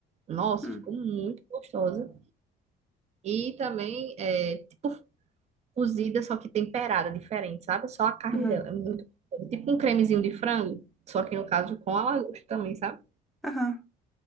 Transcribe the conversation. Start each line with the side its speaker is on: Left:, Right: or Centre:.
Right: Nossa,
Centre: uhum,
Right: ficou muito gostosa. E também, é, tipo, cozida, só que temperada, diferente, sabe? Só a carne
Centre: uhum,
Right: dela. É muito gostosa. Tipo um cremezinho de frango, só que no caso com a lagosta também, sabe?
Centre: aham,